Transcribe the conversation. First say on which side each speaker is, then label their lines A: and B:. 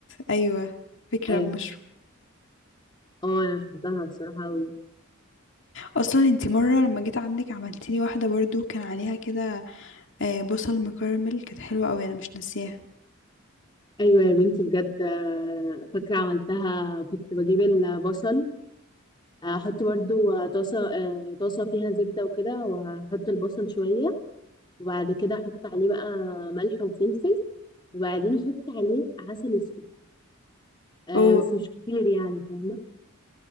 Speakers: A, on the left (about 60°); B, on the left (about 20°).
A: ايوه فكرة
B: اه
A: المشروم
B: اه انا بحبها بصراحه قوي
A: اصلا انتي مرة لما جيت عندك عملتيلي واحدة برضو كان عليها كده آه، بصل مكرمل كانت حلوة قوي انا مش ناسيها
B: ايوه يا بنتي بجد آه، فاكره عملتها كنت بجيب البصل آه، احط برضو آه، طاسه آه، طاسه فيها زبده وكده واحط البصل شويه وبعد كده احط عليه بقى ملح وفلفل وبعدين احط عليه عسل اسود آه
A: اوه
B: بس مش كتير يعني فاهمه